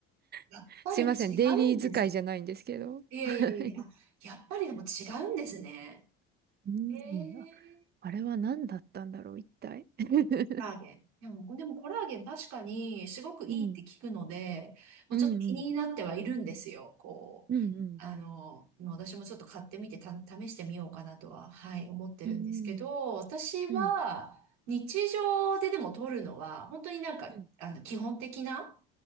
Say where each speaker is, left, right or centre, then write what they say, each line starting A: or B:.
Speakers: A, on the right; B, on the right.
A: やっぱり違うんです。
B: <laughs> すいません、デイリー使いじゃないんですけど。
A: いやいやいや、
B: はい
A: あやっぱりでも違うんですね。
B: <laughs> うん、
A: え
B: ああれは何だったんだろう、一体。<laughs>
A: コラーゲン。でも、でもコラーゲン確かにすごくいいって聞くので、
B: うん
A: もうちょっと気になってはいるんですよ。
B: うんうん。
A: こう、
B: うんうん。
A: あの、もう私もちょっと買ってみてた、試してみようかなとは、はい、思ってるんですけど、
B: うん
A: 私は日常ででも取るのは、
B: うん。
A: 本当になんか、
B: うん。
A: あの、基本的な、